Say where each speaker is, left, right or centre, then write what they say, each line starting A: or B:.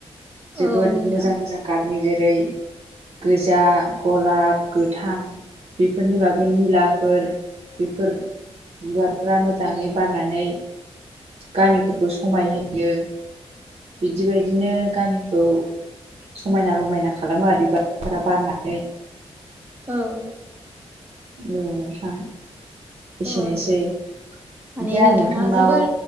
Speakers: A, on the right; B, on the right.
A: जोबोद
B: औ नोंथां
A: मोजां मोजां गाबनि जेरै गोजा गलाब गोथां बेफोरनि बागै निलाफोर बेफोर बिबारफ्रा मोजाङै बारनानै गामिफोरखौ समायहोयो बिदि बायदिनो गामिखौ समायना रमायना खालामो आरो बिबारफोरा बारनानै
B: औ
A: औ नोंथां एसेनोसै
B: औ माने
A: ओमफ्राय
B: नोंथाङा
A: आं नोंथांनाव
B: जोबोर